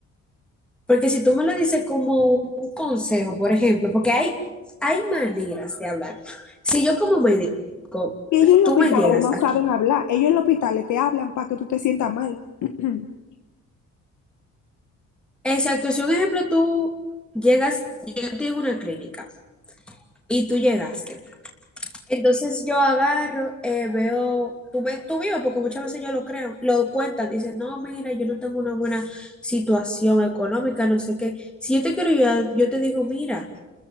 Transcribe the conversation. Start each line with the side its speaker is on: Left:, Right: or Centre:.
Centre: Porque si tú me lo dices como un consejo, por ejemplo, porque hay, hay maneras de hablar. Si yo como médico,
Left: y ellos en
Centre: tú
Left: los hospitales
Centre: me llegas
Left: no
Centre: aquí.
Left: saben hablar, ellos en los hospitales te hablan para que tú te sientas mal. <clears throat>
Centre: Exacto, si un ejemplo tú llegas, yo estoy en una clínica y tú llegaste. Entonces yo agarro, eh, veo, tú, me, tú vives, porque muchas veces yo lo creo, lo cuentan, dicen, no, mira, yo no tengo una buena situación económica, no sé qué. Si yo te quiero ayudar, yo te digo, mira.